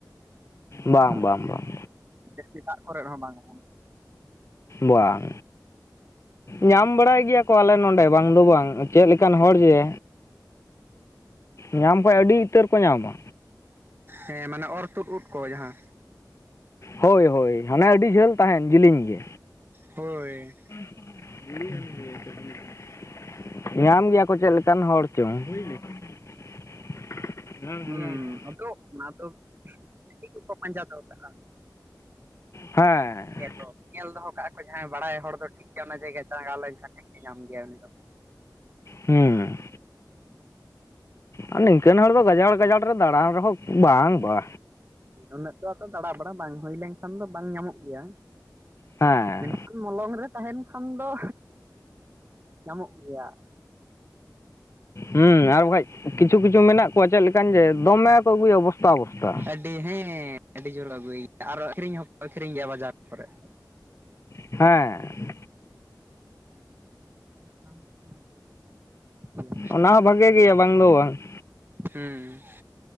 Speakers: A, on the right; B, on the left.
A: ᱾
B: ᱵᱟᱝ ᱵᱟᱝ ᱵᱟᱝ
A: ᱡᱟᱹᱥᱛᱤ ᱫᱟᱜ ᱠᱚᱨᱮ ᱦᱚᱸ ᱵᱟᱝ ᱚᱢᱚᱱᱚᱜ-ᱟ᱾
B: ᱵᱟᱝ᱾ ᱧᱟᱢ ᱵᱟᱲᱟᱭ ᱜᱮᱭᱟ ᱠᱚ ᱟᱞᱮ ᱱᱚᱸᱰᱮ ᱵᱟᱝ ᱫᱚ ᱵᱟᱝ, ᱪᱮᱫ ᱞᱮᱠᱟᱱ ᱦᱚᱲ ᱡᱮ ᱧᱟᱢ ᱠᱚᱭ ᱟᱹᱰᱤ ᱩᱛᱟᱹᱨ ᱠᱚ ᱧᱟᱢᱟ᱾
A: ᱦᱮᱸ, ᱢᱟᱱᱮ ᱚᱨ ᱛᱩᱫ ᱩᱫ ᱠᱚ ᱡᱟᱦᱟᱸ
B: ᱦᱳᱭ ᱦᱳᱭ, ᱦᱟᱱᱮ ᱟᱹᱰᱤ ᱡᱷᱟᱹᱞ ᱛᱟᱦᱮᱸᱱ ᱡᱮᱞᱤᱧ ᱜᱮ᱾
A: ᱦᱳᱭ᱾
B: <unintelligible> ᱧᱟᱢ ᱜᱮᱭᱟ ᱠᱚ ᱪᱮᱫ ᱞᱮᱠᱟᱱ ᱦᱚᱲ ᱪᱚᱝ? <unintelligible>
A: ᱦᱩᱸ ᱟᱫᱚ ᱚᱱᱟ ᱫᱚ ᱪᱮᱫ ᱠᱚᱠᱚ ᱯᱟᱸᱡᱟ ᱫᱚᱦᱚ ᱠᱟᱜ-ᱟ?
B: ᱦᱮᱸᱻ᱾
A: ᱟᱫᱚ ᱧᱮᱞ ᱫᱚᱦᱚ ᱠᱟᱜ-ᱟ ᱠᱚ ᱡᱟᱦᱟᱸᱭ ᱵᱟᱲᱟᱭ ᱦᱚᱲ ᱫᱚ ᱴᱷᱤᱠ ᱜᱮᱭᱟ ᱚᱱᱟ ᱡᱟᱭᱜᱟ ᱪᱟᱸᱜᱟᱣ ᱞᱮᱱᱠᱷᱟᱡ ᱴᱷᱤᱠᱮ ᱧᱟᱢ ᱜᱮᱭᱟ ᱩᱱᱤ ᱫᱚ᱾
B: ᱦᱩᱸ ᱟᱨ ᱱᱤᱝᱠᱟᱹᱱ ᱦᱚᱲ ᱫᱚ ᱜᱟᱡᱟᱲ ᱜᱟᱡᱟᱲ ᱨᱮ ᱫᱟᱬᱟᱱ ᱨᱮᱦᱚᱸ ᱵᱟᱝ ᱵᱟ
A: ᱩᱱᱟᱹᱜ ᱫᱚ ᱟᱫᱚ ᱫᱟᱬᱟᱵᱟᱲᱟ ᱵᱟᱝ ᱦᱩᱭ ᱞᱮᱱᱠᱷᱟᱱ ᱫᱚ ᱵᱟᱝ ᱧᱟᱢᱚᱜ ᱜᱮᱭᱟ᱾
B: ᱦᱮᱸᱻ᱾
A: ᱢᱮᱱᱠᱷᱟᱱ ᱢᱚᱞᱚᱝ ᱨᱮ ᱛᱟᱦᱮᱱ ᱠᱷᱟᱱ ᱫᱚ ᱧᱟᱢᱚᱜ ᱜᱮᱭᱟ᱾
B: ᱦᱩᱸ ᱟᱨ ᱵᱟᱠᱷᱟᱡ ᱠᱤᱪᱷᱩ ᱠᱤᱪᱷᱩ ᱢᱮᱱᱟᱜ ᱠᱚᱣᱟ ᱪᱮᱫ ᱞᱮᱠᱟᱱ ᱡᱮ, ᱫᱚᱢᱮ ᱠᱚ ᱟᱹᱜᱩᱭᱟ ᱵᱚᱥᱛᱟ ᱵᱚᱥᱛᱟ᱾
A: ᱟᱹᱰᱤ ᱦᱮᱸ, ᱟᱹᱰᱤ ᱡᱳᱨ ᱟᱹᱜᱩᱭ ᱜᱮᱭᱟ, ᱟᱨ ᱟᱹᱠᱷᱨᱤᱧ ᱦᱚᱸᱠᱚ ᱟᱹᱠᱷᱨᱤᱧ ᱜᱮᱭᱟ ᱵᱟᱡᱟᱨ ᱠᱚᱨᱮ᱾
B: ᱦᱮᱸᱻ᱾
A: ᱥᱟᱠᱟᱢ ᱠᱚᱦᱚᱸ ᱟᱹᱰᱤ ᱜᱮᱭᱟ
B: ᱚᱱᱟ ᱦᱚᱸ ᱵᱷᱟᱜᱮ ᱜᱮᱭᱟ ᱵᱟᱝ ᱫᱚ ᱵᱟᱝ ᱾
A: ᱦᱩᱸ᱾